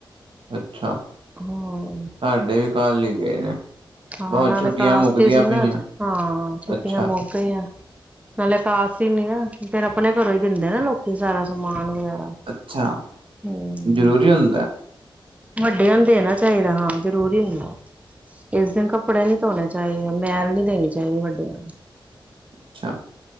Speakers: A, on the right (about 70°); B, on the right (about 15°).
A: ਅੱਛਾ।
B: ਹਾਂ।
A: ਸਾਡੇ ਵੀ ਕੱਲ ਹੀ ਗਏ ਨੇ।
B: ਹਾਂ
A: ਬਹੁਤ
B: ਨਾਲੇ
A: ਛੁੱਟੀਆਂ
B: ਕਾਸਤੀ
A: ਮੁੱਕਦੀਆਂ
B: ਸੀ
A: ਪਈਆਂ
B: ਨਾ ਅੱਜ, ਹਾਂ ਛੁੱਟੀਆਂ
A: ਅੱਛਾ।
B: ਮੋਕ ਗਈਆਂ। ਨਾਲੇ ਕਾਸਤੀ ਨੀ ਆ ਫੇਰ ਆਪਣੇ ਘਰੋਂ ਹੀ ਦਿੰਦੇ ਨਾ ਲੋਕੀ ਸਾਰਾ ਸਮਾਨ ਵਗੈਰਾ।
A: ਅੱਛਾ
B: ਹਮ
A: ਜ਼ਰੂਰੀ ਹੁੰਦਾ?
B: ਵੱਡਿਆਂ ਨੂੰ ਦੇਣਾ ਚਾਹੀਦਾ ਹਾਂ ਜ਼ਰੂਰੀ ਹੁੰਦਾ। ਇਸ ਦਿਨ ਕੱਪੜੇ ਨੀ ਧੋਣੇ ਚਾਹੀਦੇ, ਮੈਲ ਨਹੀਂ ਦੇਣੀ ਚਾਹੀਦੀ ਵੱਡਿਆਂ ਨੂੰ।
A: ਅੱਛਾ,